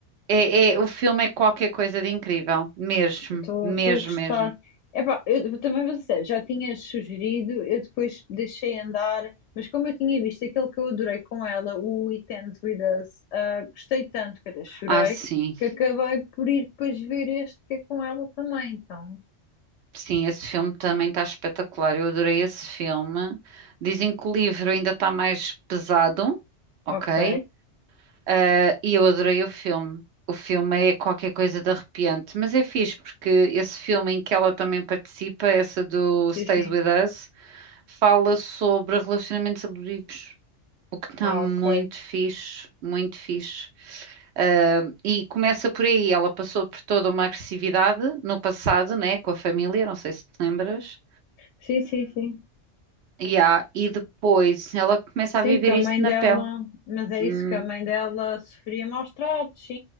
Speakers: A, on the right; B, on the left.
A: É, é- o filme é qualquer coisa de incrível, mesmo,
B: estou
A: mesmo,
B: estou a gostar.
A: mesmo.
B: Epá, eu também vou ser sério, já tinha sugerido, eu depois deixei andar, mas como eu tinha visto aquele que eu adorei com ela, o It Ends With Us, ah, gostei tanto que até chorei,
A: Ah, sim,
B: que acabei por ir depois ver este que é com ela também, então.
A: sim, esse filme também está espetacular. Eu adorei esse filme. Dizem que o livro ainda está mais pesado, ok?
B: Ok,
A: Ah, e eu adorei o filme. O filme é qualquer coisa de arrepiante, mas é fixe porque esse filme em que ela também participa, essa do
B: sim,
A: Stays
B: sim.
A: With Us, fala sobre relacionamentos abusivos, o que está
B: Ah,
A: muito
B: ok.
A: fixe, muito fixe. Ah, e começa por aí, ela passou por toda uma agressividade no passado, né, com a família, não sei se te lembras.
B: Sim, sim, sim.
A: Yeah, e depois ela começa
B: Sim,
A: a viver
B: porque a
A: isso
B: mãe
A: na
B: dela,
A: pele.
B: mas é
A: Hum.
B: isso que a mãe dela sofria maus tratos, sim,